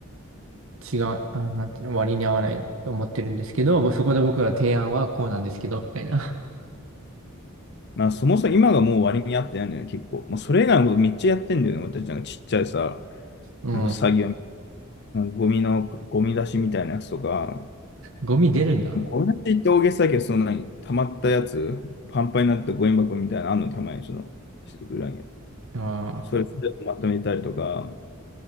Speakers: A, on the right (about 65°); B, on the left (about 50°).
A: ー違う、あ、なんていうの、割に合わないと思ってるんですけど、そこで僕は提案はこうなんですけど、みたいな。
B: まあ、そもそも今がもう割に合ってないんだよね、結構。もうそれ以外のことめっちゃやってんだよね、俺たちなんかちっちゃいさ、
A: うん、
B: なんか作業、ゴミの、ゴミ出しみたいなやつとか、
A: ゴミ出るんだ。
B: これって言って大げさだけど、その何、溜まったやつ、パンパンになったゴミ箱みたいなのあんの、たまにその、裏にある。
A: ああ。
B: それ全てまとめたりとか、